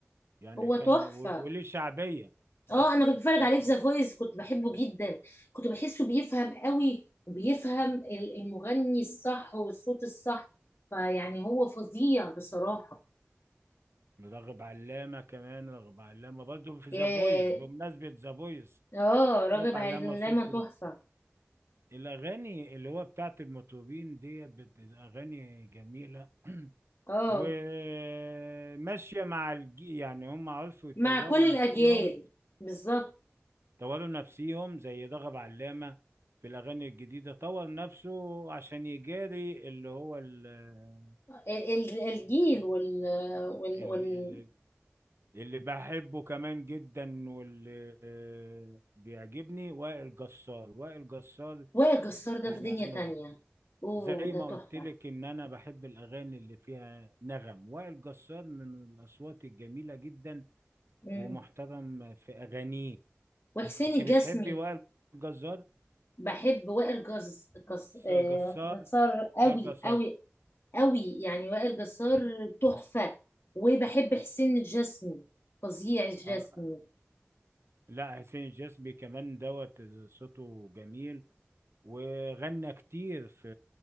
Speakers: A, on the right; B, on the left.
A: يعني
B: هو
A: كان
B: تحفة
A: و- وليه شعبية
B: اه انا كنت بتفرج
A: يمكن
B: عليه في ذا فويس كنت بحبه جدا كنت بحسه بيفهم قوي وبيفهم ال- المغني الصح والصوت الصح فيعني هو فظيع بصراحة
A: راغب علامة كمان راغب علامة برضه في ذا
B: يا-
A: فويس بمناسبة ذا فويس
B: اه راغب
A: راغب علامة
B: علامة
A: صوته
B: تحفة
A: الأغاني اللي هو بتاعت المطربين ديت بت- أغاني جميلة <clears throat>
B: اه
A: وماشية مع الجي يعني هم عرفوا يطوروا
B: مع كل الأجيال
A: نفسهم
B: بالظبط
A: طوروا نفسهم زي رغب علامة في الأغاني الجديدة طور نفسه عشان يجاري اللي هو ال-
B: ال- ال- الجيل وال وال
A: ال-
B: وال
A: ال- اللي بحبه كمان جدا واللي آه، بيعجبني وائل جسار وائل جسار
B: وائل جسار ده
A: يعني
B: في دنيا
A: أنا
B: تانية اوه
A: زي
B: ده
A: ما قلت
B: تحفة
A: لك ان انا بحب الاغاني اللي فيها نغم وائل جسار من الاصوات الجميله جدا
B: مم.
A: ومحترم في اغانيه
B: وحسين
A: انت
B: الجسمي
A: بتحبي وائل جسار
B: بحب وائل جس جس
A: س-
B: آه،
A: جسار
B: جسار قوي
A: وائل جسار
B: قوي قوي يعني وائل جسار تحفة وبحب حسين الجسمي فظيع الجسمي
A: آه. لا حسين الجسمي كمان دوت صوته جميل وغنى كتير في